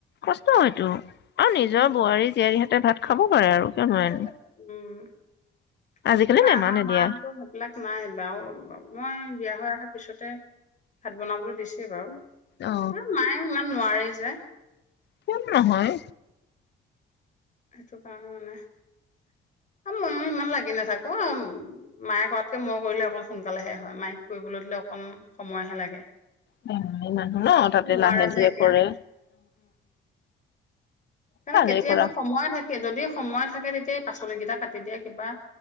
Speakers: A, on the left; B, on the left.
A: কষ্ট হয়তো অ নিজৰ
B: উম,
A: বোৱাৰী জিয়াৰীয়ে এতিয়া ভাত খাব
B: <unintelligible>
A: পাৰে আৰু কিয় নোৱাৰেনো
B: ভাত বনাবলে
A: আজিকালি
B: দিছে
A: নেমানে দিয়া
B: বাৰু। উম মায়ে ইমান নোৱাৰে
A: অ
B: যে যে
A: কোননো হয়?
B: সেইটো কাৰণে মানে। কাৰণ মইয়ো ইমান লাগি নাথাকো উম, মায়ে কৰাতকে মই কৰিলে অকন সোনকালেহে হয়। মায়েক কৰিব দিলে অকন সময় হে লাগে
A: হেই বুঢ়ী মানুহ ন তাতে
B: নোৱাৰে
A: লাহে
B: যে
A: ধিৰে
B: এতিয়া
A: কৰে
B: মানে
A: ভালেই
B: কেতিয়াবা
A: কৰা
B: সময় থাকে যদি সময় থাকে তেতিয়া, পাচলিকেইটা কাটি দিয়ে কিবা